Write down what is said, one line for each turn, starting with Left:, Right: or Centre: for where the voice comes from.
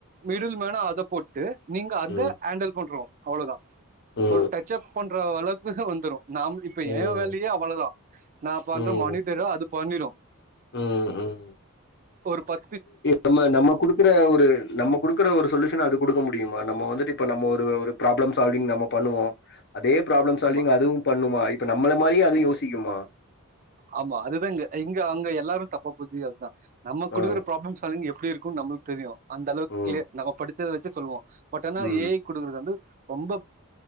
Right: மிடில் மேனா அத போட்டு நீங்க அத
Left: ம்.
Right: ஹேண்டல் பண்றோ அவ்ளதா
Left: ம்.
Right: ஒரு டச் அப் பண்ற அளவுக்கு வந்துரும் நாம் இப்ப
Left: ம்.
Right: என் வேல யே அவ்ளதா நான் பண்ற
Left: ம்.
Right: மானிடர அது பண்ணிரும்
Left: ம். ம்.
Right: ஒரு பத்
Left: நம்ம நம்ம குடுக்குற ஒரு நம்ம குடுக்குற ஒரு சொல்யூஷன அது குடுக்க முடியுமா நம்ம வந்து இப்ப நம்ம ஒரு ப்ராப்ளம் சால்விங் நம்ம பண்ணுவோ அதே ப்ராப்ளம் சால்விங்
Right: ஆமா
Left: அதுவு பண்ணுமா இப்ப நம்ம நம்மள மாரியே அதும் யோசிக்குமா
Right: ஆமா அதுதா இங்க இங்க அங்க எல்லாரு தப்பா புரி <unintelligible> அதுதான் நம்ம குடுக்குற
Left: அ,
Right: ப்ராப்ளம் ஸால்விங் எப் எப்டி இருக்கும்னு நம்மளுக்கு தெரியு அந்த அளவுக்கு
Left: ம்,
Right: க்ளிய நம்ம படிச்சதை வச்சு சொல்வோம் பட் ஆனா
Left: ம்.
Right: ஏ ஐ குடுக்குறது வந்து ரொம்ப